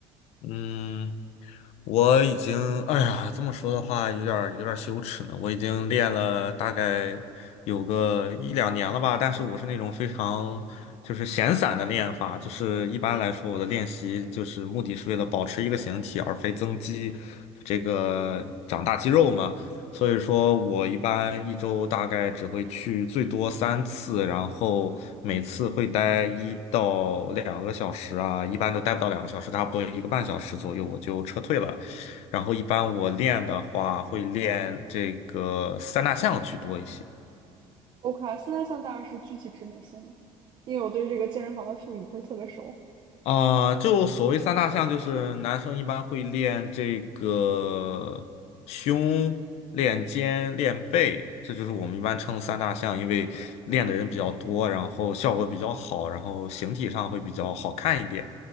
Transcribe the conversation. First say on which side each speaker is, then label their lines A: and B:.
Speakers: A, on the left (about 70°); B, on the right (about 45°).
A: 嗯。我已经，哎呀，这么说的话，有点儿有点儿羞耻呢。我已经练了大概有个一两年了吧，但是我是那种非常就是闲散的练法，就是一般来说我的练习就是目的是为了保持一个形体，而非增肌，这个长大肌肉嘛。所以说我一般一周大概只会去最多三次，然后每次会待一到两个小时啊，一般都待不到两个小时，差不多一个半小时左右我就撤退了。然后一般我练的话会练这个三大项居多一些。
B: ？OK，三大项大概是具体指哪些呢？因为我对这个健身房的术语不是特别熟。
A: 啊、就所谓三大项，就是男生一般会练这个胸、练肩、练背，这就是我们一般称三大项，因为练的人比较多，然后效果比较好，然后形体上会比较好看一点。